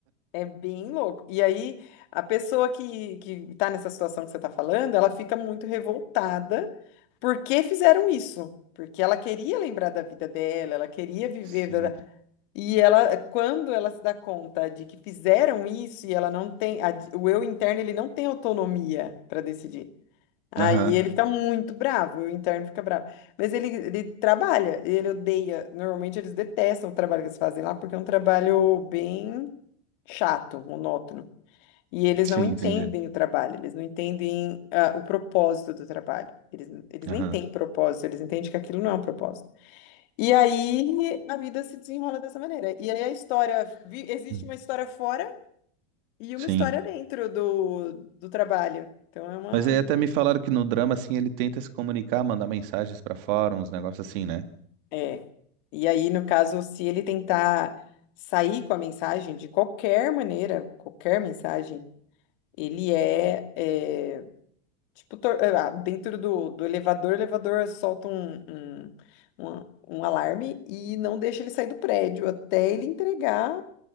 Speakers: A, on the left (about 55°); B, on the right (about 55°).
A: é bem louco. E aí, a pessoa que, que tá nessa situação que você tá falando, ela fica muito revoltada porque fizeram isso. Porque ela queria lembrar da vida dela, ela queria viver.
B: Sim.
A: da- da- E ela, quando ela se dá conta de que fizeram isso e ela não tem, a- o eu interno ele não tem autonomia para decidir. Aí
B: Aham.
A: ele fica muito bravo, o interno fica bravo. Mas ele, ele trabalha, ele odeia. Normalmente eles detestam o trabalho que eles fazem lá, porque é um trabalho bem chato, monótono. E eles
B: Sim,
A: não entendem
B: entendi.
A: o trabalho, eles não entendem ah, o propósito do trabalho. Eles, eles
B: Aham.
A: nem têm propósito, eles entendem que aquilo não é um propósito. E aí a vida se desenrola dessa maneira. E aí a história, vi- existe
B: Hum.
A: uma história fora e
B: Sim.
A: uma história dentro do, do trabalho. Então é uma.
B: Mas aí até me falaram que no drama, assim, ele tenta se comunicar, mandar mensagens pra fora, uns negócios assim, né?
A: É. E aí, no caso, se ele tentar sair com a mensagem de qualquer maneira, qualquer mensagem, ele é, é, tipo, tor- ah, dentro do, do elevador, o elevador solta um, um, um, um alarme e não deixa ele sair do prédio até ele entregar